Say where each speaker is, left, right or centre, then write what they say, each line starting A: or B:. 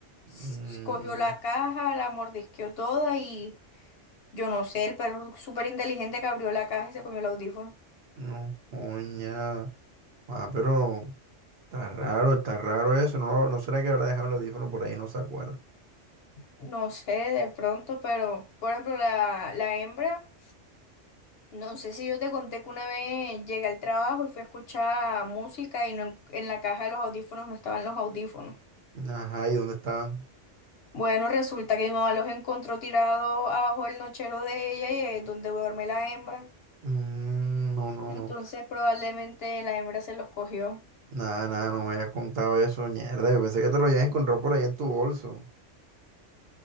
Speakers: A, on the right; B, on the left.
A: Mm,
B: s- cogió la caja, la mordisqueó toda y yo no sé, el perro súper inteligente que abrió la caja y se comió el audífono.
A: no, coña. Ah, pero está raro, está raro eso, no, no será que habrá dejado el audífono por ahí, no se acuerda.
B: No sé, de pronto, pero por ejemplo, la, la hembra, no sé si yo te conté que una vez llegué al trabajo y fui a escuchar música y no, en en la caja de los audífonos no estaban los audífonos.
A: Ajá, ¿y dónde estaban?
B: Bueno, resulta que mi mamá los encontró tirados abajo del nochero de ella y es donde duerme la hembra.
A: Mm, no, no,
B: Entonces
A: no.
B: probablemente la hembra se los cogió.
A: Nada, nada, no me habías contado eso, mierda. Yo pensé que te lo habías encontrado por ahí en tu bolso.